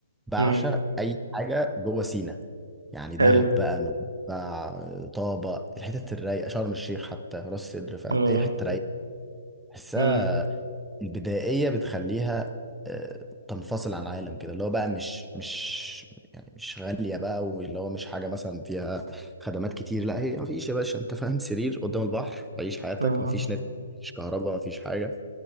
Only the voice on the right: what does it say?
امم
حلو
امم
امم
امم